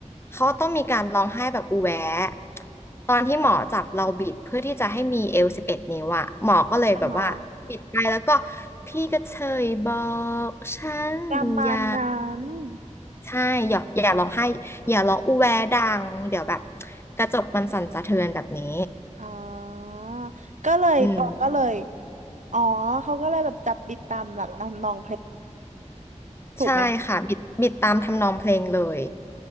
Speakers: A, on the left (about 20°); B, on the right (about 75°).
A: เขาต้องมีการร้องไห้แบบอูแวะตอนที่หมอจับเราบิดเพื่อที่จะให้มีเอวสิบเอ็ดนิ้วอะหมอก็เลยแบบว่าบิดไปแล้วก็
B: อ่าฮะ
A: พี่ก็เชยบอกฉันอย่า
B: ประมาณยานั้กน
A: ใช่อย่าอย่าร้องไห้อย่าร้องอูแวดังเดี๋ยวแบบกระจกมันสั่นสะเทือนแบบนี้
B: อ่าก็เลยตรงก็เลย
A: อืม
B: อ๋อเขาก็เลยแบบจับบิดตามหลักนำนองเพลงถูกไหม
A: ใช่ค่ะบิดบิดตามทำนองเพลงเลย